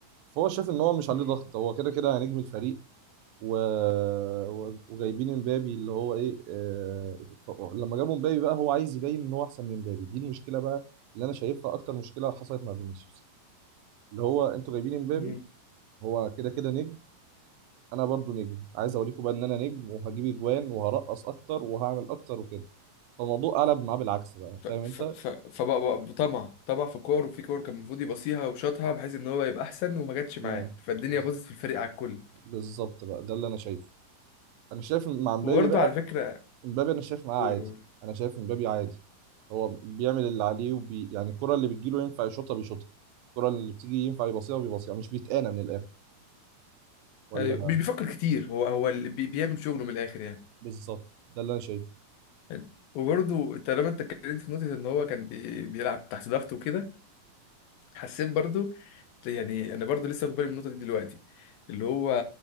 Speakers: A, on the right (about 80°); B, on the left (about 85°).
A: فهو شاف ان هو مش
B: مم.
A: عليه ضغط هو كده كده نجم الفريق و... و... وجايبين امبابي اللي هو ايه آه... ف- لما جابوا امبابي بقى هو عايز يبين ان هو احسن من امبابي دي المشكله بقى اللي انا شايفها اكتر مشكله حصلت مع فينيسيوس اللي هو انتوا جايبين امبابي
B: مم.
A: هو كده كده نجم انا برضو نجم عايز اوريكم بقى ان انا نجم وهجيب اجوان وهرقص اكتر وهعمل اكتر وكده فالموضوع قلب معاه بالعكس بقى
B: ف
A: فاهم
B: ف
A: انت
B: ف فبقى بقى طمع طمع في كور وفي كور كان المفروض يبصيها وشاطها بحيث ان هو يبقى احسن وما جاتش
A: مم.
B: معاه فالدنيا
A: بز-
B: باظت في الفريق على الكل
A: بالظبط بقى ده اللي انا شايفه انا شايف مع مبابي
B: وبرضه
A: بقى
B: على فكره
A: مبابي انا شايف معاه
B: قول
A: عادي
B: قول
A: انا شايف مبابي عادي هو بيعمل اللي عليه وبي... يعني الكرة اللي بتجيله ينفع يشوطها بيشوطها الكرة اللي بتيجي ينفع يباصيها بيباصيها مش بيتقانى من الاخر ولا
B: ايوه مش بيفكر كتير هو هو اللي بي- بيعمل شغله من الاخر يعني
A: بالظبط ده اللي انا شايفه
B: حلو. وبرضه طالما انت اتكلمت في نقطة ان هو كان بي... بيلعب تحت ضغط وكده حسيت برضو يعني انا برضو لسه واخد بالي من النقطه دي دلوقتي اللي هو